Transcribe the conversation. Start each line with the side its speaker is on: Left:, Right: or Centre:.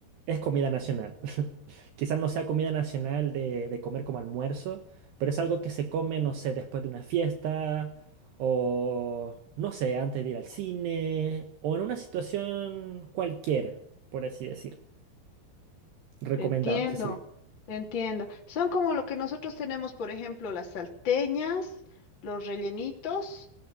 Right: es comida nacional. <laughs> Quizás no sea comida nacional de, de comer como almuerzo, pero es algo que se come, no sé, después de una fiesta o, no sé, antes de ir al cine o en una situación cualquiera, por así decir. Recomendado,
Left: Te entiendo,
Right: Cecilia.
Left: te entiendo. Son como lo que nosotros tenemos, por ejemplo, las salteñas, los rellenitos